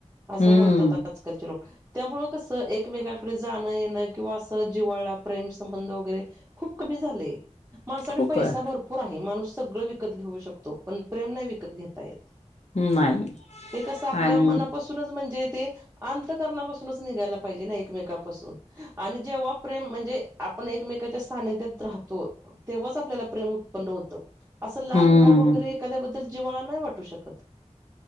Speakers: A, on the right (about 20°); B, on the left (about 65°).
A: असं
B: हम्म.
A: म्हणतात आजकालचे लोक. त्यामुळं कसं एकमेकाकडे जाणं येणं किंवा असं जिवाळा प्रेम संंबंध वगैरे, खूप कमी झालंय माणसाठी
B: खूप
A: पैसा
B: आहे.
A: भर पूर आहे माणूस सगळं विकत घेऊ शकतो पण प्रेम नाही विकत घेता येत.
B: नाही
A: ते कस आपल्या
B: आणि
A: मनापासूनच म्हणजे ते आण अंतकरणापासूनच निघायला पाहिजे ना, एकमेककापासून. आणि जेव्हा प्रेम म्हणजे आपण एकमेकच्या सानिध्यात राहतो. तेव्हाच आपल्याला प्रेम उत्पन्न होतं असं लांब
B: हम्म.
A: राऊंन वगैरे, एखाद्या बद्दल जिव्हाला नाहि वाटू शकत